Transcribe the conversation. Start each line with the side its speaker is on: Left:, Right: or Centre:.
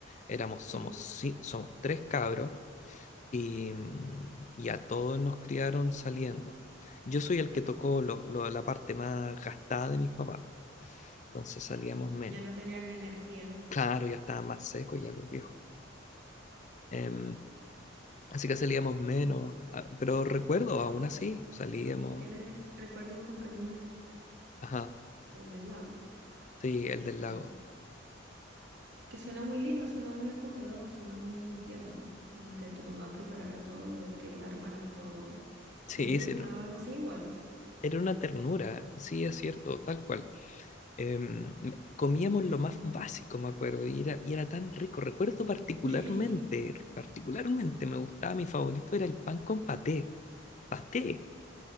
Left: Éramos,
Right: sí,
Left: somos, ci- somos tres cabros y, mm, y a todos nos criaron saliendo. Yo soy el que tocó lo- lo- la parte más gastada de mis papás, entonces salíamos menos.
Right: ya no tenían energía.
Left: Claro, ya estaban más secos ya los viejos. Em, así que salíamos menos, ah, pero recuerdo, aún así, salíamos.
Right: Como que tiene recuerdo con cariño
Left: Ajá.
Right: el del lago,
Left: Sí, el del
Right: ya.
Left: lago.
Right: Que suena muy lindo, suena muy acogedor, suena muy tierno, así como que tu mamá preparara todo y que armara todo.
Left: Sí,
Right: Me hubiese
Left: sí,
Right: gustado
Left: era
Right: algo así igual, así.
Left: era una ternura, sí, es cierto, tal cual. Em, me- comíamos lo más básico, me acuerdo, y era, y era tan rico. Recuerdo particularmente,
Right: <laughs>
Left: particularmente me gustaba, mi favorito era el pan con paté, paté,